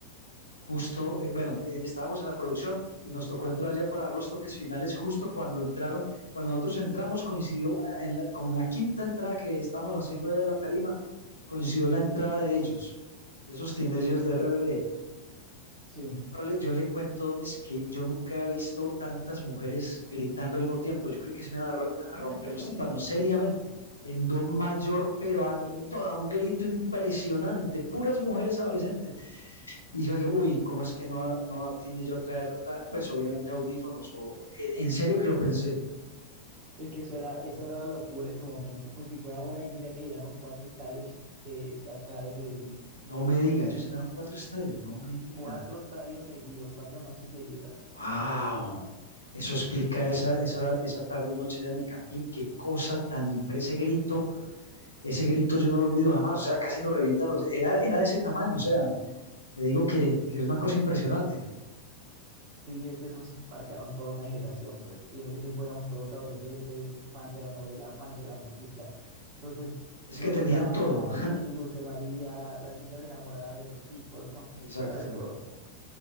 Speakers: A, on the left (about 80°); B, on the right (about 45°).
A: justo, eh, bueno, eh, estábamos en la producción y nos tocó entrar ya para dar los toques finales justo cuando entraron, cuando nosotros entramos coincidió eh, en la- como en la quinta entrada que estábamos haciendo de la tarima, coincidió la entrada de ellos, de esos teenagers de RBD.
B: sí.
A: No le- yo le cuento, Donis, que yo nunca he visto tantas mujeres gritando al mismo tiempo. Yo creí que se me iban a, ro-
B: <laughs>
A: a romper los tímpanos, seriamente, en do mayor, pero a
B: No sé.
A: toda un grito impresionante, puras mujeres adolescentes. Y yo dije, uy, ¿cómo es que no, no tiene yo a traer, ta- pues obviamente audífonos? O, en en serio que lo pensé.
B: Es que eso era, eso era la locura en su momento. Pues si fue ahora y mira que llenaron cuatro estadios de, de acá de Medellín.
A: No me diga, ellos llenaron cuatro estadios, no me diga.
B: Cuatro estadios seguidos, cuatro noches seguidas.
A: ¡Wow! Eso explica esa, esa, esa tarde, noche allá en el campín. Qué cosa tan impresionante, grito
B: Sí.
A: ese grito yo no lo olvido jamás, o sea, casi nos revienta los... Era, era de ese tamaño, o sea, le digo que, que es una cosa impresionante.
B: Sí, es que esos marcaron toda una generación, pues. Y en ese tiempo éramos todos adolescentes, fans de la novela, fans de la música. Entonces,
A: Es
B: nos
A: que tenían
B: gustaban
A: todo.
B: Anaí, Dulce María, las chicas enamoradas de los chicos, no,
A: Exacto,
B: eso era de todo.